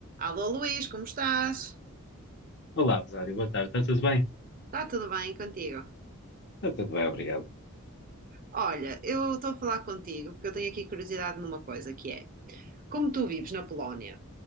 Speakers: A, on the right (about 40°); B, on the left (about 50°).
A: Alô Luís, como estás?
B: Olá, Rosário, boa tarde, está tudo bem?
A: Está tudo bem contigo?
B: Está tudo bem, obrigado.
A: Olha, eu estou a falar contigo porque eu tenho aqui curiosidade numa coisa que é, como tu vives na Polónia